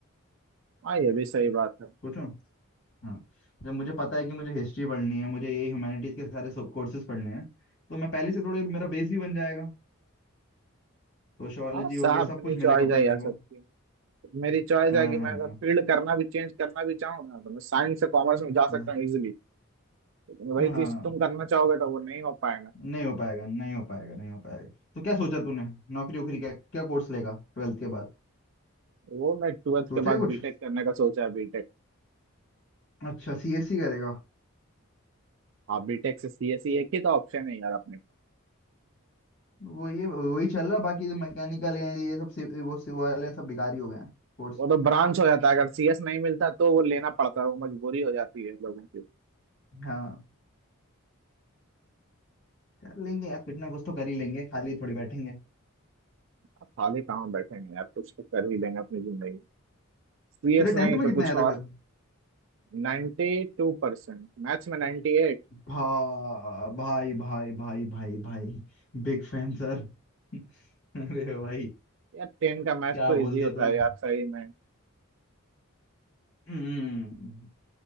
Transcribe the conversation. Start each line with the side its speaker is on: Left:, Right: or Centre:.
Right: हाँ ये भी सही बात है
Left: सोचो हाँ जब मुझे पता है कि मुझे हिस्ट्री पढ़नी है मुझे ये ह्यूमैनिटीज के सारे कोर्सेज पढ़ने हैं तो मैं पहले से थोड़े मेरा बेस भी बन जाएगा सोशियोलॉजी
Right: हाँ साहब
Left: हो गया सब
Right: अपनी
Left: कुछ
Right: चॉइस
Left: मिलेगा
Right: है
Left: पढ़ने
Right: यार सबकी
Left: को
Right: मेरी चॉइस
Left: हाँ
Right: है कि मैं
Left: हाँ
Right: अगर फील्ड करना भी चेंज करना भी चाहूँ ना तो मैं साइंस से कॉमर्स में जा
Left: हाँ
Right: सकता हूँ इजिली लेकिन वही
Left: हाँ
Right: चीज तुम करना चाहोगे तो वो नहीं हो पाएगा
Left: नहीं हो पाएगा नहीं हो पाएगा नहीं हो पाएगा तो क्या सोचा तूने नौकरी वोकरी क्या क्या कोर्स लेगा ट्वेल्थ के बाद
Right: वो मैं ट्वेल्थ
Left: सोचा
Right: के बाद
Left: है कुछ
Right: बीटेक करने का सोचा है बीटेक
Left: अच्छा सीएससी करेगा
Right: हाँ बीटेक से सीएसई एक ही तो ऑप्शन है यार अपने पास
Left: वो ये वही चल रहा है बाकी जो मैकेनिकल हैं ये सब सिव- वो सिव वाले हैं, सब बेकार ही हो गए हैं कोर्स
Right: वो तो ब्रांच हो जाता है अगर सीएस नहीं मिलता तो वो लेना पड़ता है वो मजबूरी हो जाती है लोगों की
Left: हाँ कर लेंगे यार कुछ ना कुछ तो कर ही लेंगे खाली थोड़ी बैठेंगे
Right: अब खाली कहाँ बैठेंगे यार कुछ तो कर ही लेंगे अपनी जिंदगी सीएस
Left: तेरे
Right: नहीं
Left: टेंथ में
Right: तो
Left: कितने
Right: कुछ
Left: आए थे
Right: और
Left: फिर
Right: 92% मैथ्स में 98
Left: भा भाई भाई भाई भाई भाई बिग फैन सर <laughs> अरे भाई
Right: यार 10 का मैथ्स
Left: क्या
Right: तो
Left: बोल
Right: इजी
Left: दिया
Right: होता
Left: तूने
Right: है यार सही में
Left: हम्म